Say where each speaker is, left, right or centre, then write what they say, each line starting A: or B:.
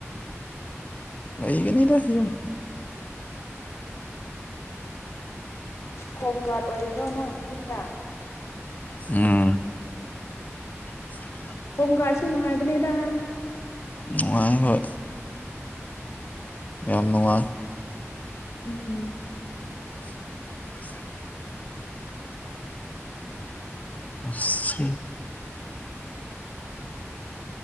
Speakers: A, on the left (about 30°); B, on the left (about 65°).
A: ꯂꯩꯩꯒꯅꯤꯗ ꯌꯨꯝ
B: ꯍꯣꯝ ꯒꯥꯔꯗ ꯑꯣꯏꯔꯤꯔꯣ ꯅꯪ ꯌꯨꯝꯗ
A: ꯎꯝ <unintelligible>
B: ꯍꯣꯝ ꯒꯥꯔꯗꯁꯨ ꯅꯨꯡꯉꯥꯏꯕꯅꯦꯗ
A: ꯅꯨꯡꯉꯥꯏ ꯍꯣꯏ ꯌꯥꯝ ꯅꯨꯡꯉꯥꯏ
B: ꯎꯝ
A: <unintelligible> ꯑꯁꯦ